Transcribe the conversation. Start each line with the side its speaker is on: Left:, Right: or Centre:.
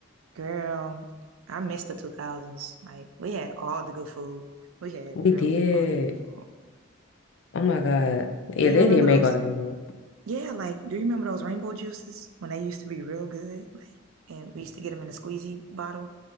Right: girl, I miss the 2000s. Like, we had all the good food. We had
Left: We
Right: really
Left: did.
Right: all the good food.
Left: Oh my God. Yeah,
Right: Do you
Left: they
Right: remember
Left: did make
Right: those?
Left: all the good ones.
Right: Yeah, like, do you remember those rainbow juices when they used to be real good? Like, and we used to get them in a squeezy bottle